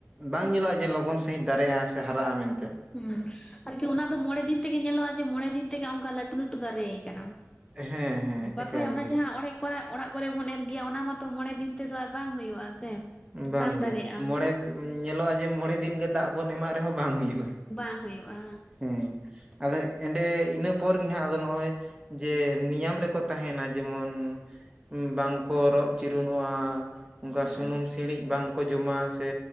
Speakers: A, on the right (about 20°); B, on the left (about 15°).
A: ᱵᱟᱝ ᱧᱮᱞᱚᱜ-ᱟ ᱡᱮ ᱞᱚᱜᱚᱱ ᱥᱟᱹᱦᱤᱡ ᱫᱟᱨᱮᱜ-ᱟ ᱥᱮ ᱦᱟᱨᱟᱜ-ᱟ ᱢᱮᱱᱛᱮᱜ᱾
B: <inaudible> ᱟᱨᱠᱤ ᱚᱱᱟ ᱫᱚ ᱢᱚᱬᱮ ᱫᱤᱱ ᱛᱮᱜᱮ ᱧᱮᱞᱚᱜ-ᱟ ᱡᱮ ᱢᱚᱬᱮ ᱫᱤᱱ ᱛᱮᱜᱮ ᱚᱝᱠᱟ ᱞᱟᱹᱴᱩ ᱞᱟᱹᱴᱩ ᱫᱟᱨᱮ ᱠᱟᱱᱟ᱾
A: ᱦᱮᱸ ᱦᱮᱸ
B: ᱵᱟᱠᱷᱟᱡ
A: ᱮᱠᱟᱞ
B: ᱚᱱᱟ
A: ᱜᱮ
B: ᱡᱟᱦᱟᱸ ᱚᱲᱮᱡ <inaudible> ᱚᱲᱟᱜ ᱠᱚᱨᱮ ᱵᱚᱱ ᱮᱨ ᱜᱮᱭᱟ ᱚᱱᱟ ᱢᱟᱛᱚ ᱢᱚᱬᱮ ᱫᱤᱱ ᱛᱮᱫᱚ ᱟᱨ ᱵᱟᱝ ᱦᱳᱭᱳᱜ-ᱟ ᱥᱮ᱾
A: ᱵᱟᱝᱜᱮ
B: ᱵᱟᱝ ᱫᱟᱨᱮᱜᱼᱟ
A: ᱢᱚᱬᱮ ᱧᱮᱞᱚᱜ-ᱟ ᱡᱮ ᱢᱚᱬᱮ ᱫᱤᱱ ᱜᱮ ᱫᱟᱜ ᱵᱚᱱ ᱮᱢᱟᱜ ᱨᱮᱦᱚᱸ ᱵᱟᱝ ᱦᱩᱭᱩᱜ-ᱟ᱾
B: ᱵᱟᱝ ᱦᱳᱭᱳᱜ-ᱟ᱾
A: ᱦᱩᱸ ᱟᱫᱚ ᱮᱸᱰᱮ ᱤᱱᱟᱹ ᱯᱚᱨ ᱜᱮ ᱦᱟᱸᱜ ᱟᱫᱚ ᱱᱚᱜᱚᱭ ᱡᱮ ᱱᱤᱭᱟᱢ ᱨᱮᱠᱚ ᱛᱟᱦᱮᱱᱟ ᱡᱮᱢᱚᱱ ᱵᱟᱝᱠᱚ ᱨᱚᱜ ᱪᱤᱨᱩᱱᱚᱜ-ᱟ, ᱚᱝᱠᱟ
B: ᱦᱮᱸ
A: ᱥᱩᱱᱩᱢ ᱥᱤᱬᱤᱡ ᱵᱟᱝᱠᱚ ᱡᱚᱢᱟ ᱥᱮ